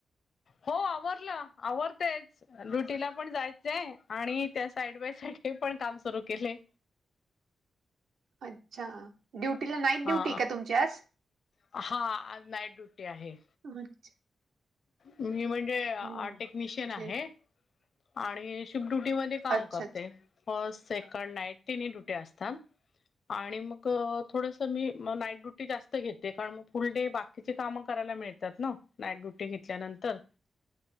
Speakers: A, on the left; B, on the right.
A: हो आव आवडतेच ड्युटीला पण जायचंय. आणि त्या साईड बाय साईड, हे पण काम केले.
B: अच्छा. ड्युटीला नाईट
A: हा
B: ड्युटी का तुमची आज?
A: हा नाईट ड्युटी आहे
B: <unintelligible>
A: मी म्हणजे
B: म्हणजे
A: टेक्निशियन आहे. आणि शिफ् फ्ट म काम
B: अच्छा
A: करते.
B: अच्छा
A: फर्स्ट सेकंड नाईट तिन्ही डुटी असतात. आणि मक थोडस मी नाईट ड्युटी जास्त घेते, कारण मग फुलडे बाकीचे काम करा. खायला मिळतात ना नाईट ड्यूटी <unintelligible> ते घेतल्या नंतर